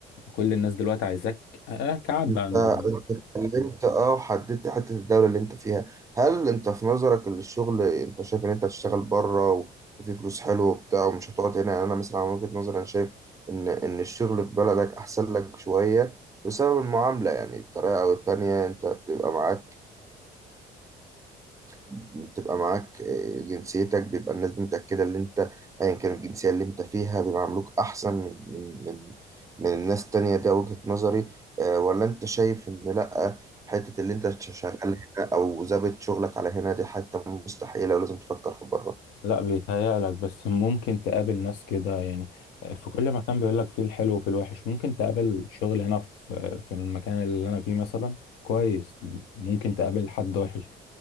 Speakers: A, on the left; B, on the right.
A: كل الناس دلوقتي عايزاك آه كعب
B: انت
A: عنده
B: انت اتكلمت اه وحددت حته الدوله اللي انت فيها هل انت في نظرك ان الشغل انت شايف ان انت هتشتغل بره و... وفي فلوس حلوه وبتاع ومش هتقعد هنا يعني انا مثلا من وجهه نظري انا شايف ان ان الشغل في بلدك احسن لك شويه بسبب المعامله يعني بطريقه او التانيه انت بتبقى معاك بتبقى معاك آه، جنسيتك بيبقى الناس متأكدة ان انت ايا كانت الجنسية اللي انت فيها بيعاملوك احسن من من من من الناس التانية ده وجهة نظري آه، ولا انت شايف ان لا حتة اللي انت شغال هنا او ظابط شغلك على هنا دي حتة مستحيلة ولازم تفكر في بره
A: لا بيتهيألك بس ممكن تقابل ناس كده يعني في كل مكان بيقولك فيه الحلو وفيه الوحش ممكن تقابل شغل هنا في في المكان اللي أنا فيه مثلا كويس ممكن تقابل حد وحش